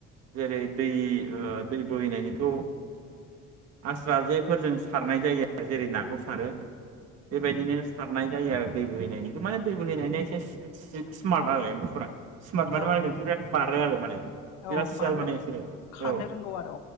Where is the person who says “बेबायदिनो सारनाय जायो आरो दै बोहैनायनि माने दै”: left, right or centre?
Right